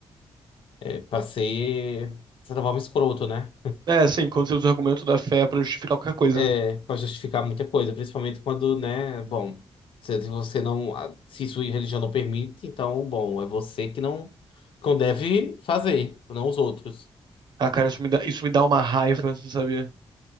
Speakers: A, on the left; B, on the right.
A: É, para ser, de certa forma, escroto, né?
B: É, assim, quando você usa o argumento da fé pra justificar qualquer coisa,
A: É,
B: né?
A: para justificar muita coisa, principalmente quando, né? Bom, se você não, a- se sua religião não permite, então, bom, é você que não, que não deve fazer, não os outros.
B: Ah, cara, isso me dá, isso me dá uma raiva, você sabia?